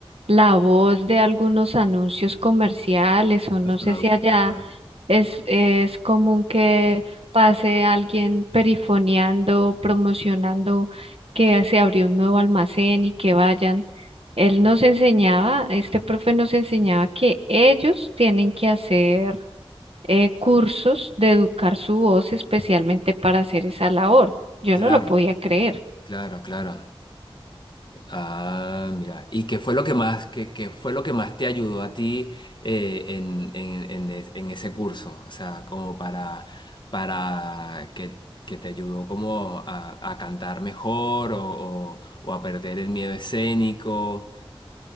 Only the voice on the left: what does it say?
Nuestra-
ajá.
Claro,
claro, claro. Ah, mira. ¿Y qué fue lo que más, qué, qué fue lo que más te ayudó a ti eh, en, en, en es- en ese curso? O sea, como para, para que, que te ayudó como a, a cantar mejor o, o- o a perder el miedo escénico.